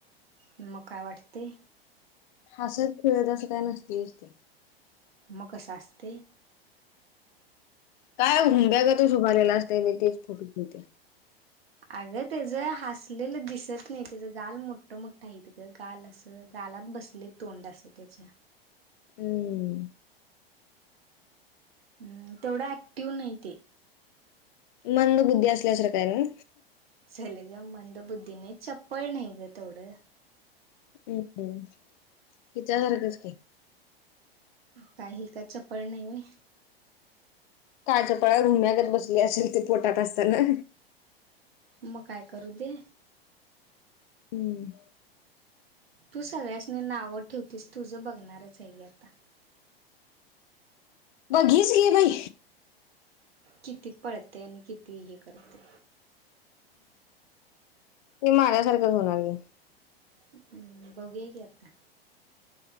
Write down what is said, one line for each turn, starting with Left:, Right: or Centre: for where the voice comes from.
Right: म काय वाटते.
Left: असंच खेळत असं काय नसती दिसते.
Right: मग कसं असते?
Left: काय घुंब्याग तच उभारलेला असते मी तेच फोटते म्हणते या
Right: अगं तेच हसलेलं दिसत नाही त्याच गाल मोठं मोठं आहे ग गाल असं गालात बसतं. ले तोंड असं त्याचं
Left: हम्म
Right: हम् तेवढा ऍक्टिव्ह नाही ते
Left: मंद बुद्धी असल्यासारख आहे ना
Right: चलग मंद बुद्धी नाही चपळ नाही ग तेवढं
Left: हम्म हम्म हिच्या सारखंच की
Right: काही का चपळ नाही व्हय
Left: काळच्या पळ रुम्यागत बसले असेल ते पोटात असताना.
Right: मग काय करू दे?
Left: हम्म
Right: तू सगळ्यासनी नाव ठेवतेस तुझं बघणारच आहे आता
Left: बघच बाई
Right: किती पळते आणि किती हे करते
Left: हे माझ्या सारखच होणार आहे
Right: हम्म बघूया की आता.